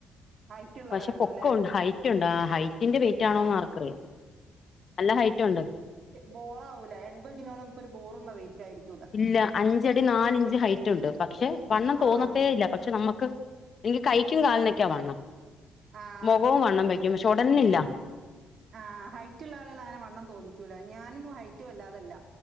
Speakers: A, on the right; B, on the left.
A: ഹൈറ്റുള്ള
B: പക്ഷെ
A: കാരണംല്ലേ?
B: പൊക്കോണ്ട് ഹൈ റ്റുണ്ട് ആ ഹൈറ്റിന്റെ വെയിറ്റാണോന്ന്
A: ആഹ്
B: ആർക്കറിയാ നല്ല ഹൈറ്റുണ്ട്.
A: ബോറാവൂല്ലെ എൺപത് കിലോണം പ്പൊരു ബോറുള്ള വെയ്റ്റായിരിക്കും
B: ഇല്ല അഞ്ചടി നാലിഞ്ച് ഹൈറ്റുണ്ട്. പക്ഷെ വണ്ണം
A: ആഹ്
B: തോന്നത്തേ ഇല്ല. പ ക്ഷെ നമ്മുക്ക് ഇൻക്ക് കൈക്കും കാലിനൊക്കെയാ വണ്ണം.
A: ആഹ്
B: മൊഖവും
A: അത്
B: വണ്ണം വയ്ക്കും പക്ഷെ ഒടൽനില്ല.
A: ആ ഹൈറ്റുള്ള ആള്കൾ അങ്ങനെ വണ്ണം തോന്നിക്കൂല. ഞാനൊന്നും ഹൈറ്റ് വല്ലാതല്ല